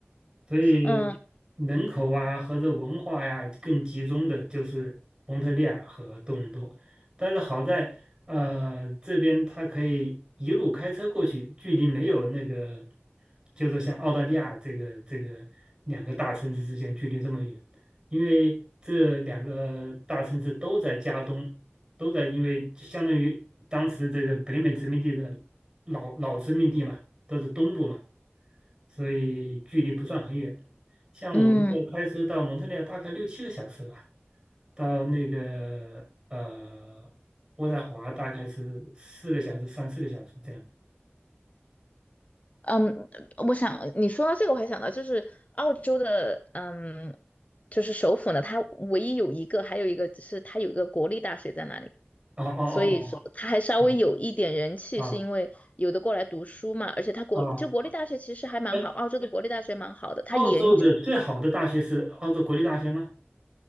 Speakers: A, on the right; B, on the left.
A: 所以人口啊和这文化呀、
B: 嗯
A: 更集中的就是蒙特利尔和多伦多，但是好在呃这边它可以一路开车过去，距离没有那个，就是像澳大利亚这个这个两个大城市之间距离这么远，因为这两个大城市都在加东，都在因为就相当于当时这个北美殖民地的。老老殖民地嘛，都是东部嘛，所以距离不算很远。像我们这开车到蒙特利尔大概六七个小时吧，
B: 嗯
A: 到那个呃渥太华大概是四个小时、三四个小时这样。
B: 嗯，我想你说到这个，我还想到就是澳洲的，嗯，就是首府呢，它唯一有一个，还有一个是它有一个国立大学在那里。
A: 哦哦
B: 所以说他还稍微有一点人气，
A: 哦哦哦
B: 是因为有的过来读书嘛，而且他国就国立大学其实还蛮好，
A: 哦哦！哎，
B: 澳洲的国立大学蛮好的，他研究
A: 澳洲的最好的大学是澳洲国立大学吗？